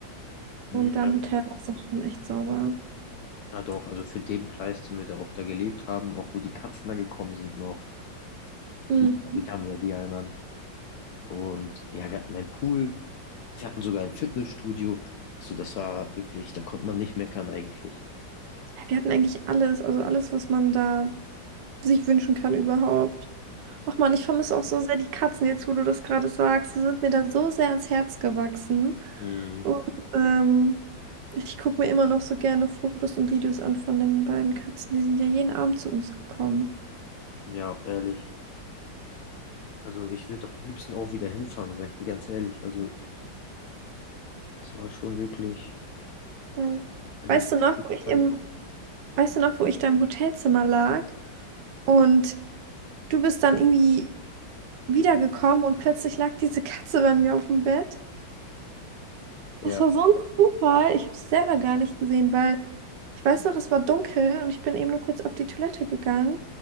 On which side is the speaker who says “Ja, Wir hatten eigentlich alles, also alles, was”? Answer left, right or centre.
Right